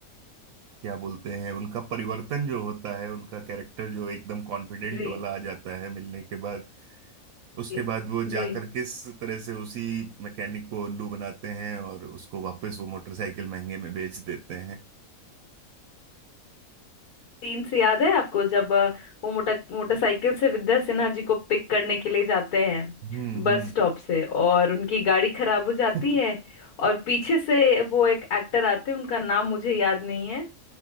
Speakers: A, on the right; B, on the left.
A: क्या बोलते हैं उनका परिवर्तन जो होता है उनका कैरेक्टर जो एकदम कॉन्फिडेंट
B: जी
A: वाला आ जाता है मिलने के बाद उसके
B: जी
A: बाद वो जाकर
B: जी
A: किस तरह से उसी मैकेनिक को उल्लू बनाते हैं और उसको वापस वो मोटरसाइकिल महंगे में बेच देते हैं
B: सीन से याद है आपको जब अ, वो मोटर मोटरसाइकिल से विद्या सिन्हा जी को पिक करने के लिए जाते हैं
A: हम्म
B: बस
A: हम्म
B: स्टॉप से और उनकी गाड़ी खराब हो जाती
A: <laughs>
B: है और पीछे से वो एक एक्टर आते हैं उनका नाम मुझे याद नहीं है